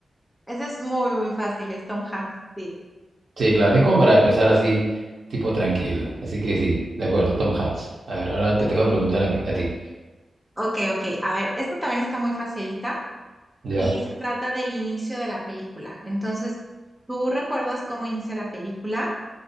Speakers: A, in the centre; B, on the right (about 65°).
A: Este es muy, muy fácil, es Tom Hanks, sí.
B: Sí, claro, es como para empezar así, tipo tranquilo. Así que sí, de acuerdo, Tom Hanks. A ver, ahora te toca preguntar a mí, a ti.
A: Ok, ok. A ver, esto también está muy facilita
B: Ya.
A: y se trata del inicio de la película. Entonces, ¿tú recuerdas cómo inicia la película?